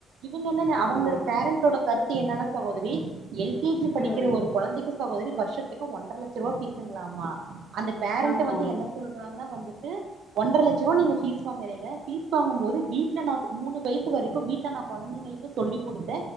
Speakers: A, on the right; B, on the left.
A: இவங்க என்ன
B: ஆமா
A: அவங்களோட பேரண்டோட கருத்து என்னன்னா சகோதரி எல் கே ஜி படிக்கிற
B: ம்
A: ஒரு குழந்தைக்கு சகோதரி வருஷத்துக்கு ஒன்றர லட்ச ரூபா ஃபீஸுங்ளாமா அந்த பேரண்ட்டு
B: ஆமா
A: வந்து
B: ம் ஆ ம் ம் ம் ம் ம் ம் ம்
A: என்ன சொல்றாங்கன்னா வந்துட்டு ஒன்றர லட்சம் ரூபா நீங்க ஃபீஸ் வாங்குறீங்க பீஸ் வாங்கும் போது வீட்ல நா மூணு வயசு வரைக்கு வீட்ல ந குழந்தைங்களுக்குஸ் சொல்லிக் கொடுத்த